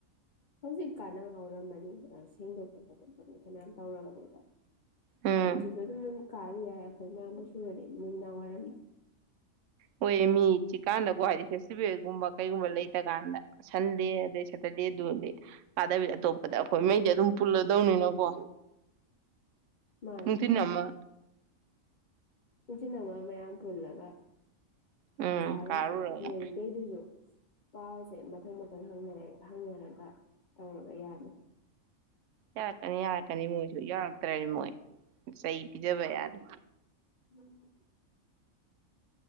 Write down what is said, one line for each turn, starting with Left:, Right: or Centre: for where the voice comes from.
Left: ꯍꯧꯖꯤꯛ ꯀꯥꯟꯅ ꯍꯧꯧꯔꯝꯃꯅꯤ ꯁꯦꯡꯗꯣꯛꯄ ꯇꯧꯔꯦꯗ
Right: ꯎꯝ
Left: ꯅ ꯀꯥ ꯌꯥ ꯑꯩꯈꯣꯏ ꯃꯌꯥꯝꯕꯁꯨꯨꯔꯔꯗꯤ ꯅꯨꯡꯗꯥꯡ ꯋꯥꯏꯔꯝ
Right: ꯑꯣꯏ ꯃꯤ ꯆꯤꯛꯀꯥꯟꯗꯀꯣ ꯍꯥꯏꯗꯤ ꯐꯦꯁꯇꯤꯚꯦꯜꯒꯨꯝꯕ ꯀꯩꯒꯨꯝꯕ ꯂꯩꯇ ꯀꯥꯟꯗ ꯁꯟꯗꯦ ꯑꯗꯩ ꯁꯦꯇꯔꯗꯦ ꯑꯗꯨꯗꯤ ꯀꯥꯗꯕꯤꯗ ꯑꯇꯣꯞꯄꯗ ꯑꯩꯈꯣꯏꯉꯩꯗꯤ ꯑꯗꯨꯝ ꯄꯨꯜꯂꯗꯧꯅꯤꯅꯀꯣ
Left: ꯃꯥꯅꯦ
Right: ꯇꯤꯟ ꯌꯥꯝꯝꯕ
Left: ꯏꯆꯤꯟ ꯏꯅꯥꯃ ꯃꯌꯥꯝ ꯄꯨꯜꯂꯒ
Right: ꯎꯝ
Left: ꯀꯥꯔꯁꯦ
Right: ꯀꯥꯔꯨꯔꯒ
Left: ꯑꯗꯨ ꯃꯣꯏꯈꯩꯗꯨꯁꯨ ꯄꯥꯎ ꯦ ꯃꯊꯪ ꯃꯊꯪ ꯍꯪꯅꯔꯦ ꯍꯪꯅꯔꯒ ꯇꯧꯔꯒ ꯌꯥꯅꯤ
Right: ꯌꯥꯀꯅꯤ ꯌꯥ ꯀꯅꯤ ꯃꯣꯏꯁꯨ ꯌꯥꯅꯤ ꯔꯤꯃꯣꯏ ꯁꯩ ꯏꯖꯕ ꯌꯥꯔ
Left: ꯎꯝ